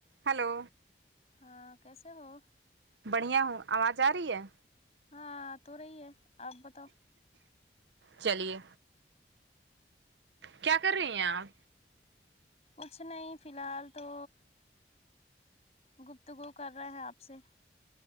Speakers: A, on the right (about 85°); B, on the left (about 35°).
A: hello
B: ہاں کیسے ہو
A: بڑھیا ہوں آواز آ رہی ہے
B: ہاں آتو رہی ہے آپ بتاؤ
A: چلیے کیا کر رہی ہیں آپ
B: کچھ نہیں فی الحال تو گفتگو کر رہے ہیں آپ سے